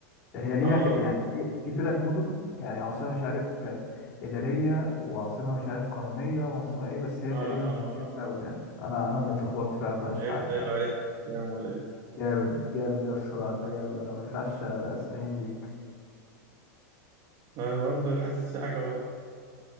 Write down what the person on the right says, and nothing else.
اه
اه
اه
عيب
عيب عليك يا مولاي
انا برضه حاسس في حاجة غلط